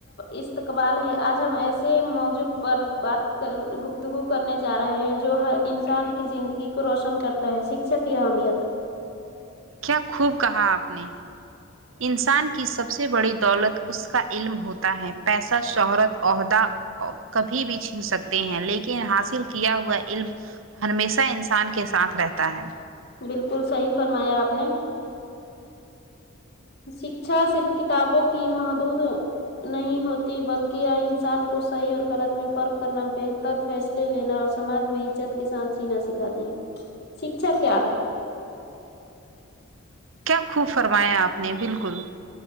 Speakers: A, on the left (about 50°); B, on the right (about 70°).
A: استقبال ہے آج ہم ایسے مو ضوع پر بات کر گفتگو کرنے جا رہے ہیں جو ہر انسان کی زندگی کو روشن کرتا ہے شکشا کی اہمیت
B: کیا خوب کہا آپ نے انسان کی سب سے بڑی دولت اس کا علم ہوتا ہے پیسہ شہرت عہدہ کبھی بھی چھین سکتے ہیں لیکن حاصل کیا ہوا علم ہمیشہ انسان کے ساتھ رہتا ہے
A: بالکل صحیح فرمایا آپ نے شکچھا صرف کتابوں کی محدود نہیں ہوتی بلکہ انسان کو صحیح اور غلط میں فرق کرنا بہتر فیصلے لینا اور سماج میں عزت کے ساتھ جینا سکھاتی ہے شکچھا کیا ہے
B: کیا خوب فرمایا آپ نے بالکل